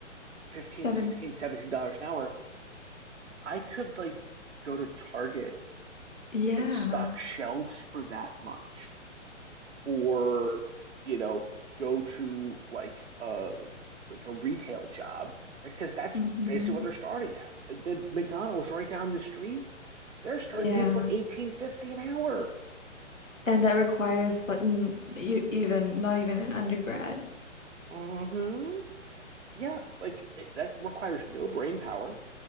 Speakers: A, on the right (about 70°); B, on the left (about 85°).
A: 15,
B: Seven.
A: 16, 17 dollars an hour, I could like go to Target
B: Yeah.
A: and stock shelves for that much. or you know go to like uh like like a retail job right because that's
B: Mm-hmm.
A: basically what they're starting at the McDonald's right down the street they're starting
B: Yeah.
A: people at 18.50 an hour
B: And that requires like n you even not even an undergrad.
A: hmm yeah like it, that requires no brain power